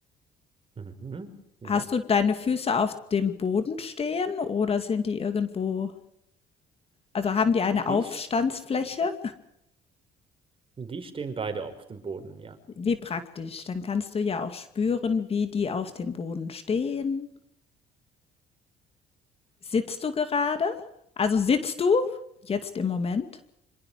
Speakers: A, on the right; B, on the left.
A: Mhm. Ja.
B: Hast du deine Füße auf dem Boden stehen oder sind die irgendwo also haben die eine Aufstandsfläche?
A: Die, sch- die stehen beide auf dem Boden, ja.
B: Wie praktisch. Dann kannst du ja auch spüren, wie die auf dem Boden stehen. Sitzt du gerade? Also sitzt du jetzt im Moment?